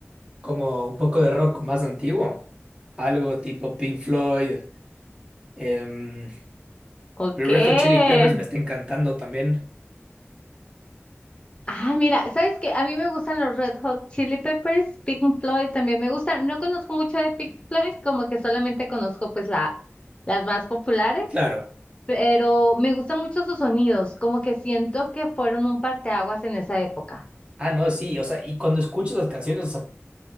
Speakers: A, on the right; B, on the left.
A: como un poco de rock más antiguo. Algo tipo Pink Floyd, em,
B: ¿O
A: Red
B: qué?
A: Hot Chili Peppers me está encantando también.
B: Ah, mira, ¿sabes qué? A mí me gustan los Red Hot Chili Peppers, Pink Floyd también me gustan. No conozco mucho de Pink Floyd, como que solamente conozco pues la, las más populares,
A: Claro.
B: pero me gustan mucho sus sonidos, como que siento que fueron un parteaguas en esa época.
A: Ah, no, sí, o sea, y cuando escuchas las canciones, o sea,